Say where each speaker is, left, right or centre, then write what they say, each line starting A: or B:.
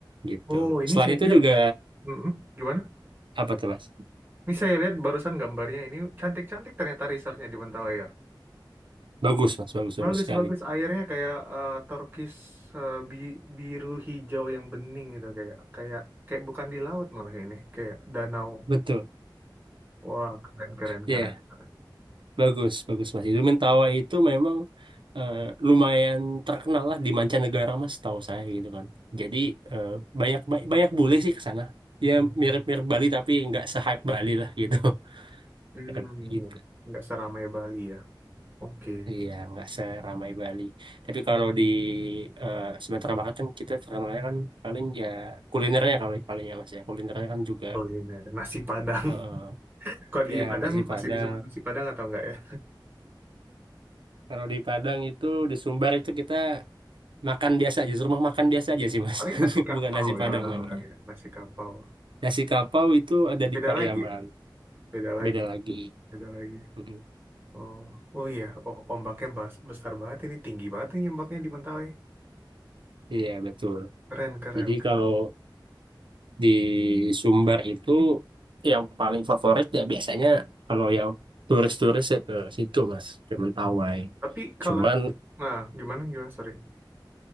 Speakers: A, on the right; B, on the right.
A: gitu.
B: Oh, ini
A: Selain
B: saya
A: itu
B: lihat.
A: juga
B: Mhm. Gimana?
A: apa tuh Mas?
B: Ini saya lihat barusan gambarnya ini cantik-cantik ternyata resortnya di Mentawai ya.
A: Bagus Mas, bagus bagus
B: Bagus-bagus
A: sekali.
B: airnya kayak eh, turkis eh, bi- biru hijau yang bening gitu kayak kayak kayak bukan di laut malah ini kayak danau.
A: Betul,
B: Wah, keren keren
A: ya
B: keren. keren.
A: bagus, bagus Mas. Itu Mentawa itu memang eh, lumayan terkenal lah di mancanegara Mas, tahu saya gitu kan. Jadi eh, banyak ba- banyak bule sih ke sana. Ya mirip-mirip Bali tapi nggak se-hype Bali lah gitu. <laughs>
B: Hmm,
A: Mirip gitu.
B: nggak seramai Bali ya. Oke,
A: Iya, nggak seramai Bali. Tapi kalau di eh, Sumatera Barat kan kita terkenalnya kan paling ya kulinernya kalau paling ya Mas ya. Kulinernya kan juga
B: kuliner nasi Padang.
A: eh,
B: Kok di
A: ya
B: Padang
A: nasi Padang.
B: masih disebut nasi Padang atau enggak ya?
A: Kalau di Padang itu di Sumbar itu kita Makan biasa aja, rumah makan biasa aja sih mas.
B: Paling
A: <laughs>
B: nasi kapau
A: Bukan nasi
B: ya
A: Padang
B: orang
A: namanya.
B: bilang ya, nasi kapau.
A: Nasi kapau itu ada
B: Beda
A: di Pariaman,
B: lagi ya? Beda lagi.
A: beda
B: ya?
A: lagi.
B: Beda lagi.
A: Mm-mm.
B: Oh, oh iya. Oh, ombaknya bas- besar banget ini, tinggi banget ini ombaknya di Mentawai.
A: Iya betul.
B: Keren, keren,
A: Jadi
B: keren.
A: kalau di Sumbar itu yang paling favorit ya biasanya kalau yang turis-turis ya ke situ mas, ke Mentawai.
B: Tapi kalau,
A: Cuman,
B: nah gimana, gimana, sorry.